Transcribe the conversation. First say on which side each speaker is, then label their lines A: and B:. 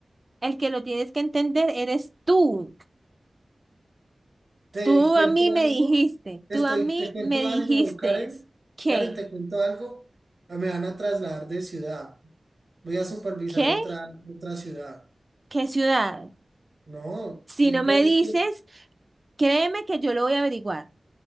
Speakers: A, on the right; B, on the right.
A: El que lo tienes que entender eres tú.
B: ¿Te
A: Tú
B: cuento
A: a mí me
B: algo?
A: dijiste,
B: Te
A: tú
B: estoy,
A: a mí
B: te cuento
A: me dijiste,
B: algo, Karen,
A: ¿qué?
B: Karen, te cuento algo, Ah, me van a trasladar de ciudad, voy a supervisar
A: ¿Qué?
B: otra, otra ciudad,
A: ¿Qué ciudad?
B: no,
A: Si
B: simplemente
A: no me dices, créeme que yo lo voy a averiguar.